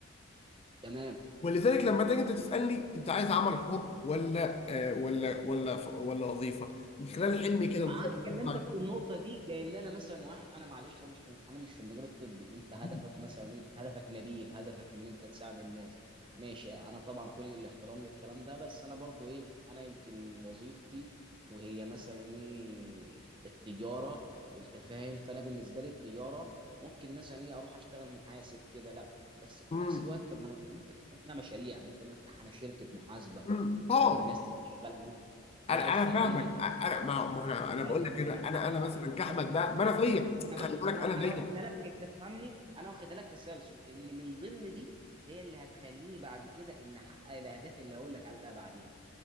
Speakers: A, on the right; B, on the left.
A: تمام
B: ولذلك لما تيجي انت تسالني انت عايز عمل حر ولا آه ولا ولا ف- ولا وظيفه من خلال حلمي كده نفكر.
A: انا كلمتك في النقطه دي لان انا مثلا واحد انا معلش انا مش انا مش في المجال الطبي انت هدفك
B: مم.
A: مثلا إيه؟ هدفك نبيل هدفك ان انت تساعد الناس ماشي انا طبعا كل الاحترام للكلام ده بس انا برضو ايه انا يمكن وظيفتي وهي مثلا ايه التجاره انت فاهم فانا بالنسبه لي التجاره ممكن مثلا ايه اروح اشتغل محاسب كده لا بس في
B: مم.
A: نفس الوقت طب ما انا ممكن افتح انا مشاريع ممكن افتح انا شركه محاسبه
B: مم.
A: انت
B: طبعا
A: فاهم والناس تبقى شغاله عندي. ده
B: انا
A: هيخليني
B: انا فاهمك انا ما ما انا انا
A: لا
B: بقول
A: يخليني
B: لك كده انا
A: حقك
B: انا مثلا كاحمد
A: ده من
B: ده
A: ضمن
B: ما انا زيك
A: انا
B: خلي
A: بس
B: بالك
A: انا
B: انا
A: انا
B: زيك
A: واخدها لك انت فاهمني انا واخدها لك تسلسل ان من ضمن دي هي اللي هتخليني بعد كده ان احقق الاهداف اللي هقول لك عليها بعدين